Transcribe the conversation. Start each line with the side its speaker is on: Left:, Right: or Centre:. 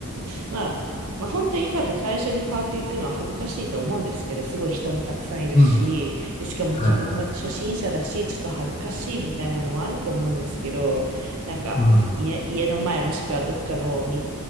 Right: まあ、まあ本当に多分最初にパーク行くのは恥ずかしいと思うんですけど、すごい人もたくさんいるし、
Left: うん。
Right: で、しかも自分は初心者だし、
Left: はい、はい。
Right: ちょっと恥ずかしいみたいなのもあると思うんですけど、なんか家、
Left: うん。
Right: 家の前もしくはどっかの道